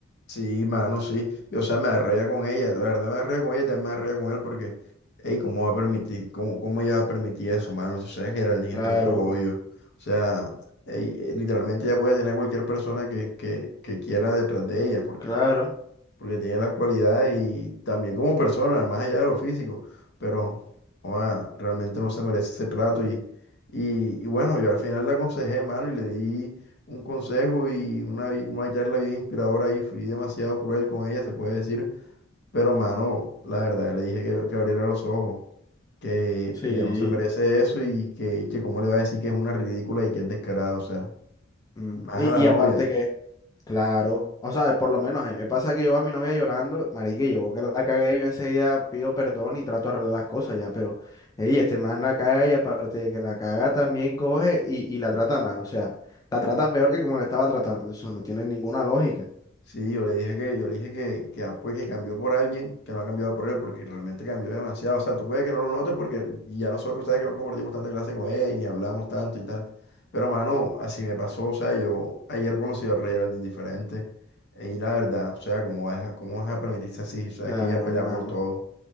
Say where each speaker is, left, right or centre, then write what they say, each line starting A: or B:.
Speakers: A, on the left; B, on the left.
A: sí, mano, sí. Y, o sea, me arreía con ella, la verdad me arreía con ella, también me arreía con él porque, hey, ¿cómo va a permitir, cómo, cómo ella va a permitir eso, mano? Si sabes Geraldine
B: Claro,
A: es tronco bollo. O sea, ey, eh, literalmente ella puede tener a cualquier persona que, que, que quiera detrás de ella porque
B: claro,
A: porque tiene las cualidades y también como persona, más allá de lo físico, pero joda, realmente no se merece ese trato y, y, y bueno, yo al final le aconsejé, mano, y le di un consejo y una, vi- una charla bien inspiradora ahí, fui demasiado cruel con ella, se puede decir, pero mano, la verdad, le dije que, que abriera los ojos. Que,
B: sí.
A: que ya no se merece eso y que, que cómo le va a decir que es una ridícula y que es descarada, o sea,
B: Mm,
A: más a
B: Y,
A: la novia.
B: y aparte que Claro, o sea, por lo menos a mí me pasa que yo a mi novia llorando, marica, y yo que la cagué, yo enseguida pido perdón y trato de arreglar las cosas ya, pero, ey, este man la caga y aparte de que la caga también coge y, y la trata mal, o sea, la trata peor que como la estaba tratando, eso no tiene ninguna lógica.
A: Sí, yo le dije que, yo le dije que, que, ah, pues, que cambió por alguien, que no ha cambiado por él, porque realmente cambió demasiado. O sea, tú puedes que no lo notes porque ya nosotros, sabes que no compartimos tanta clase con él, ni hablamos tanto y tal. Pero, mano, así me pasó. O sea, yo ayer conocí al Rey Geraldine diferente. eh, Y la verdad, o sea, ¿cómo vas a, cómo vas a permitirse así? O sea,
B: Claro,
A: es que ella pelea
B: mano,
A: por todo.